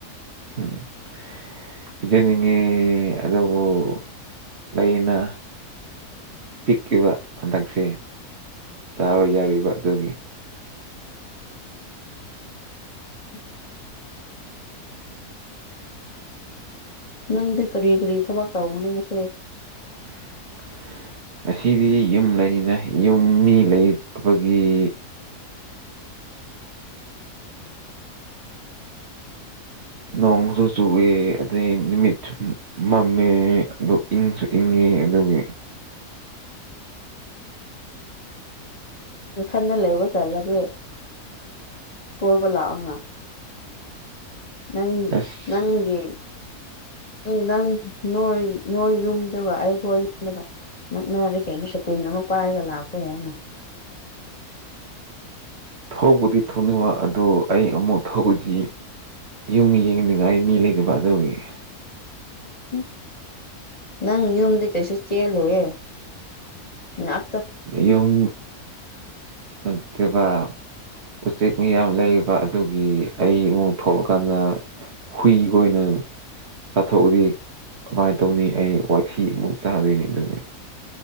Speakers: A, on the right; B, on the left.
A: ꯫ <unintelligible> ꯄꯤꯖꯅꯤꯡꯉ‌ꯦ ꯑꯗꯨꯕꯨ ꯂꯩꯅ꯫ ꯄꯤꯛꯏꯕ ꯍꯟꯗꯛꯁꯦ ꯆꯥꯕ ꯌꯥꯔꯤꯕ ꯑꯗꯨꯒꯤ꯫
B: ꯫ <unintelligible> ꯅꯪꯗꯤ ꯀꯔꯤ ꯀꯔꯤ ꯊꯕꯛ ꯇꯧꯒꯅꯤꯉꯁꯤ꯫
A: ꯫ <unintelligible> ꯉꯁꯤꯗꯤ ꯌꯨꯝ ꯂꯩꯅꯤꯅ ꯌꯨꯝ ꯃꯤ ꯂꯩꯕꯒꯤ꯫ ꯅꯣꯡꯁꯨ ꯆꯨꯏꯌ‌ꯦ ꯑꯗꯩ ꯅꯨꯃꯤꯠꯁꯨ ꯃꯝꯃꯦ ꯑꯗꯨ꯫ ꯏꯪꯁꯨ ꯏꯪꯉꯦ ꯑꯗꯨꯒꯤ꯫
B: ꯅꯊꯟꯗ ꯂꯩꯕ ꯇꯠꯂꯗꯤ ꯀꯣꯏꯕ ꯂꯥꯛꯑꯣꯅ꯫ ꯅꯪ
A: ꯑꯁ
B: ꯅꯪꯒꯤ꯫ ꯅꯪ ꯅꯪ ꯅꯣꯏ ꯅꯣꯏ ꯌꯨꯝꯗꯨꯒ ꯑꯩꯈꫭꯏ ꯌꯨꯝꯗꯨꯒ ꯅꯛꯅꯔꯦ ꯀꯩꯅ ꯁꯇꯤꯟ ꯑꯃ ꯄꯥꯏꯔꯒ ꯂꯥꯛꯄ ꯍꯥꯏꯅ
A: ꯊꯧꯕꯗꯤ ꯊꯅꯤꯡꯕ ꯑꯗꯣ ꯑꯩ ꯑꯃꯨꯛ ꯊꯧꯕꯗꯤ ꯌꯨꯝ ꯌꯦꯡꯅꯤꯡꯉꯥꯏ ꯃꯤ ꯂꯩꯗꯕ ꯑꯗꯨꯒꯤ
B: ꯎꯝ ꯅꯪ ꯌꯨꯝꯗꯤ ꯀꯩꯁꯨꯆꯦꯜꯂꫭꯏꯌꯦ ꯅꯥꯛ
A: ꯌꯨꯝ ꯅꯠꯇꯕꯥ ꯎꯆꯦꯛ ꯃꯤꯌꯥꯝ ꯂꯩꯔꯤꯕ ꯑꯗꯨꯒꯤ ꯑꯩ ꯏꯃꯨꯡ ꯊꯣꯛꯑꯀꯥꯟꯗ ꯍꯨꯏ ꯈꫭꯏꯅ ꯆꯥꯊꯣꯛꯎꯗꯤ ꯀꯃꯥꯏꯅ ꯇꯧꯅꯤ ꯑꯩ ꯋꯥꯊꯤꯃꯨꯛ ꯆꯥꯗꯣꯏꯅꯤ ꯑꯗꯨꯒꯤ